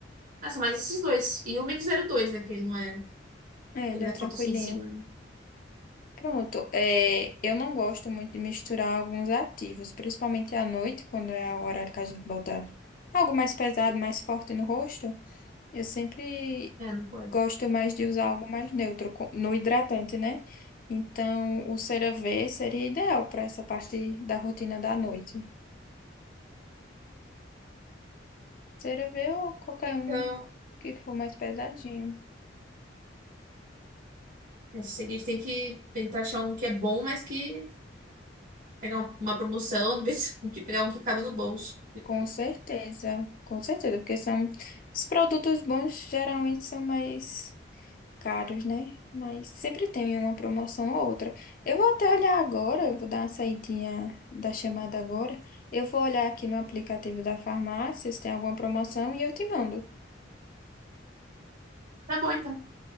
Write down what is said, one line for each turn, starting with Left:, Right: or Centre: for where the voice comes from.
Right: Nossa, mas esses dois. E o Mix zero dois né? Que ele não é,
Left: É, ele
Right: ele não
Left: é tranquilinho.
Right: é fotossensível. né?
Left: Pronto. É, eu não gosto muito de misturar alguns ativos, principalmente à noite, quando é o horário que a gente bota algo mais pesado, mais forte no rosto. Eu sempre
Right: É, não pode.
Left: gosto mais de usar algo mais neutro co- no hidratante, né? Então, o CeraVe seria ideal para essa parte da rotina da noite. CeraVe ou qualquer
Right: Então,
Left: um que for mais pesadinho.
Right: é o seguinte, tem que tentar achar um que é bom, mas que pegar um- uma promoção, <laughs> em vez de pegar um que cabe no bolso.
Left: Com certeza, com certeza, porque são os produtos bons geralmente são mais caros, né? Mas sempre tem uma promoção ou outra. Eu vou até olhar agora, eu vou dar uma saidinha da chamada agora. Eu vou olhar aqui no aplicativo da farmácia se tem alguma promoção e eu te mando.
Right: Tá bom, então.